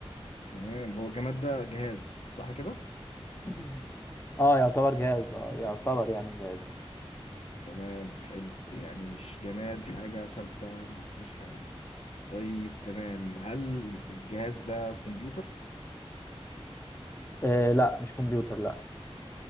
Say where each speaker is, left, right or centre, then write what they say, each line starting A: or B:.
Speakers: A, on the left; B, on the left.
A: تمام هو الجماد ده جهاز صح كده؟
B: <clears throat> اه يعتبر جهاز اه يعتبر يعني جهاز
A: تمام حلو يعني مش جماد حاجة ثابتة مش حاجة طيب تمام هل الجهاز ده كمبيوتر؟
B: آه لا مش كمبيوتر لا